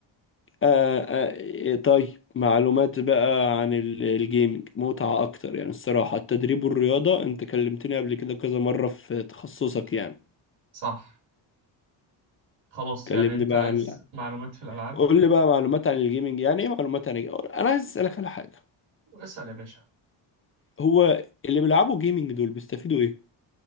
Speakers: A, on the left; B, on the right.
A: آه. آه. إيه طيب معلومات بقى عن ال- الجيمنج متعة اكتر يعني الصراحة التدريب والرياضة انت كلمتني قبل كده كذا مرة في تخصصك يعني
B: صح خلاص
A: كلمني
B: يعني انت
A: بقى
B: عايز
A: عن
B: معلومات في الألعاب
A: قول لي بقى معلومات عن الجيمنج يعني ايه معلومات عن الجيمنج؟ انا عايز اسالك على حاجه
B: اسأل يا باشا
A: هو اللي بيلعبوا جيمنج دول بيستفيدوا ايه